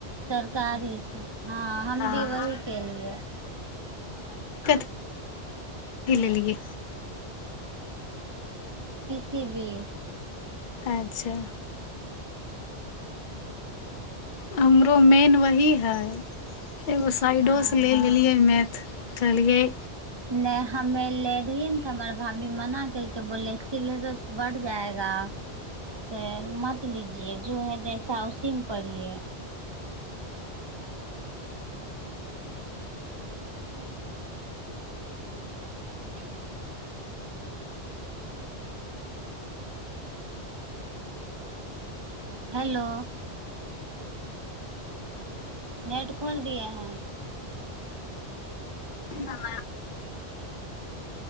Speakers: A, on the right; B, on the left.
A: सरकारीसँ हँ हम
B: हँ
A: भी वही केलियए
B: की लेलियै
A: सीवी
B: अच्छा हमरो मेन वही हइ एगो साइडोसँ
A: हँ
B: लऽ लेलियै मैथ कलगइ
A: नहि हमे ले रहियै ने तऽ हमर भाभी मना केलके बोले सिलेबस बढ़ जाएगा से मत लीजिये जो है जैसा उसीमे पढ़िये अच्छा हेलो नेट खोल दिए हैं
B: क